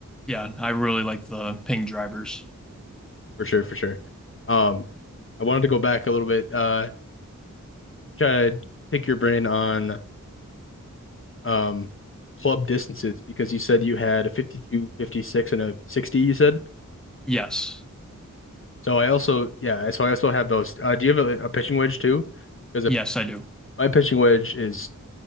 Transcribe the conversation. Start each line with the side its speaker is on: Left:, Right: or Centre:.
Centre: yeah, I really like the Ping drivers.
Left: For sure, for sure. Um, I wanted to go back a little bit, uh, try to pick your brain on um club distances because you said you had a 52, 56, and a 60, you said.
Centre: Yes.
Left: So I also, yeah, so I also have those. Uh, do you have a, a pitching wedge too? Because
Centre: Yes,
Left: a,
Centre: I do.
Left: my pitching wedge is